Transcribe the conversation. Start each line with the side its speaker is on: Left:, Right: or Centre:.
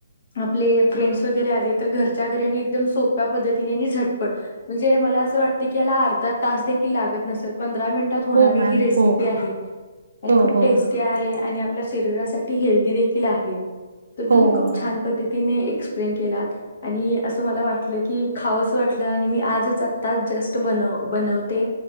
Left: आपले फ्रेंडस वगैरे आले तर घरच्या घरी आणि एकदम सोप्या पद्धतीने झटपट म्हणजे मला अस वाटतय की याला अर्धा तास देखील लागत नसलं पंध पंधरा मिनटात होणारी
Right: हो मॅम
Left: ही रेसपी
Right: हो
Left: आहे आणि
Right: हो
Left: खप
Right: हो
Left: टेस्टी आहे आणि आपल्या शरीरासाठी हेल्दी देखील आहे तर
Right: हो
Left: तुम्ही
Right: हो
Left: खूप
Right: मॅम
Left: छान पद्धतीने एकस - प्लेन केलात आणि असं मला वाटलं की खावंच वाटलं आणि मी आजच आता जस्ट - तु बनव बनवते